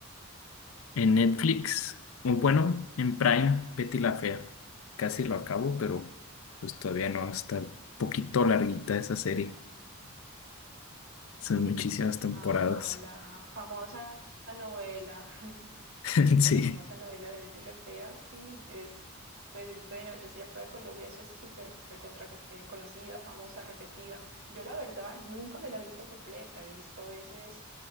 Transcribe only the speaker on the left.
En Netflix, un bueno, en Prime, Betty la Fea. Casi lo acabo, pero pues todavía no, está un poquito larguita esa serie. Son muchísimas temporadas.
<laughs>
Sí,